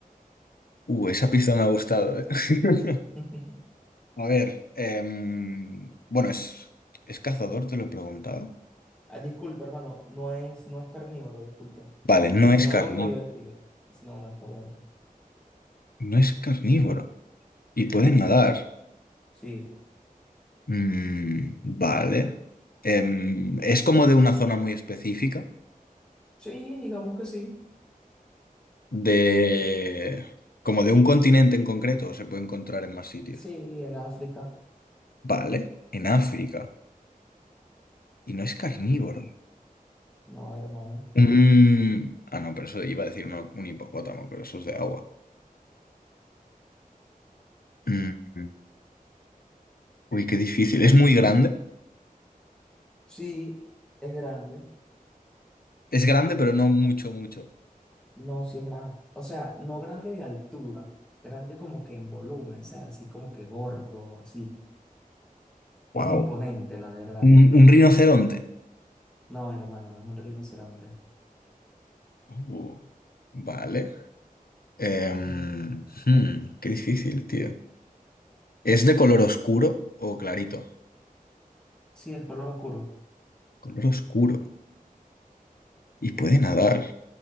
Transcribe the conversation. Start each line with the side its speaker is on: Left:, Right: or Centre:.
Left: uh, esa pista me ha gustado. eh. <laughs>
Centre: <laughs>
Left: A ver, em, bueno, es, ¿es cazador? Te lo he preguntado.
Centre: Ah, disculpa, hermano. No es, no es carnívoro, disculpa.
Left: Vale, no
Centre: Tenía
Left: es carní-
Centre: dudas y investigué. No, no es carnívoro.
Left: no es carnívoro. Y puede nadar.
Centre: Sí.
Left: Mm, vale. Em, es como de una zona muy específica,
Centre: Sí, digamos que sí.
Left: de como de un continente en concreto, o se puede encontrar en más sitios.
Centre: Sí, en África.
Left: Vale, en África. Y no es carnívoro.
Centre: No, hermano.
Left: Un- Ah, no, pero eso iba a decir una- un hipopótamo, pero eso es de agua. Mm, Uy, qué difícil. Es muy grande.
Centre: Sí, es grande.
Left: Es grande, pero no mucho, mucho.
Centre: No, sí es grande. O sea, no grande de altura, grande como que en volumen, o sea, así como que gordo, así. Es
Left: Wow.
Centre: imponente, la verdad.
Left: Un, un rinoceronte.
Centre: No, hermano, no es un rinoceronte.
Left: Uh, vale. Em, hmm, qué difícil, tío. ¿Es de color oscuro o clarito?
Centre: Sí, es color oscuro.
Left: Color oscuro. Y puede nadar.